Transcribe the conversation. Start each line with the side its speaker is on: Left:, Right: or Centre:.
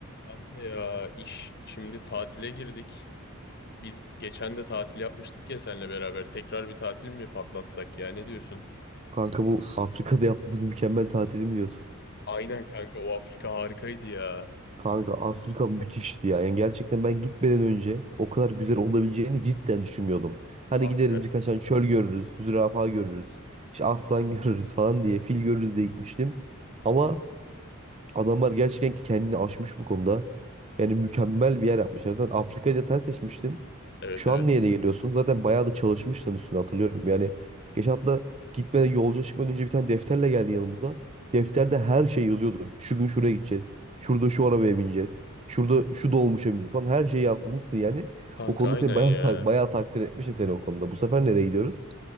Left: Kanka ya iş şimdi tatile girdik. Biz geçen de tatil yapmıştık ya seninle beraber. Tekrar bir tatil mi patlatsak ya ne diyorsun?
Right: Kanka bu Afrika'da yaptığımız mükemmel tatili mi diyorsun?
Left: Aynen kanka o Afrika harikaydı ya.
Right: Kanka Afrika müthişti ya. Yani gerçekten ben gitmeden önce o kadar güzel olabileceğini cidden düşünmüyordum. Hani
Left: Kanka
Right: gideriz birkaç tane çöl görürüz, zürafa görürüz, işte aslan <laughs> görürüz falan diye, fil görürüz diye gitmiştim. Ama Adamlar gerçekten kendini aşmış bu konuda. Yani mükemmel bir yer yapmışlar. Zaten Afrika'yı da sen seçmiştin.
Left: evet
Right: Şu
Left: evet.
Right: an niye geliyorsun? Zaten bayağı da çalışmıştın üstüne hatırlıyorum. Yani geçen hafta gitmeden yolculuğa çıkmadan önce bir tane defterle geldi yanımıza. Defterde her şey yazıyordu. Şu gün şuraya gideceğiz. Şurada şu arabaya bineceğiz. Şurada şu dolmuşa bineceğiz falan. Her şeyi yazmışsın yani.
Left: Kanka
Right: O konuda
Left: aynen
Right: seni bayağı,
Left: ya.
Right: ta- bayağı takdir etmişim seni o konuda. Bu sefer nereye gidiyoruz?